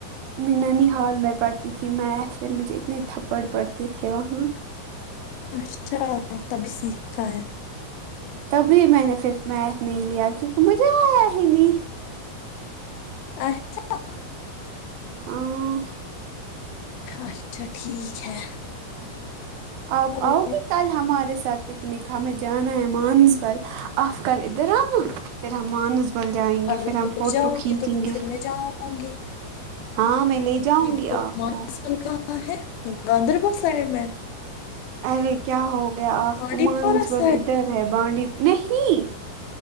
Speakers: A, on the right; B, on the left.
A: منانی ہال میں پڑھتی تھی میتھ پھر مجھے اتنے تھپڑ پڑھتے تھے وہاں
B: اچھا تبھی سیکھ خا ہے
A: تبھی میں نے پھر میتھ نہیں لیا کیونکہ مجھے آیا ہی نہیں
B: اچھا
A: ہاں
B: اچھا ٹھیک ہے
A: آپ
B: اور
A: آؤ گی کل ہمارے ساتھ پکنک ہمیں جانا ہے مانسبل آف کل ادھر آنا پھر ہم مانسبل بل جائیں گے
B: اگر
A: پھر ہم
B: لے
A: فوٹو
B: جاؤ
A: کھینچیں
B: تو
A: گے
B: پھر میں جاؤں گی
A: ہاں میں لے جاؤں
B: بھی
A: گی
B: بولو،
A: آپ
B: مانسبل
A: کو
B: ہے گاندربل سائڈ میں
A: ارے کیا ہو گیا آپ
B: بانڈی
A: کو مانسبل
B: پورہ سائڈ
A: ادھر ہے بانڈی نہیں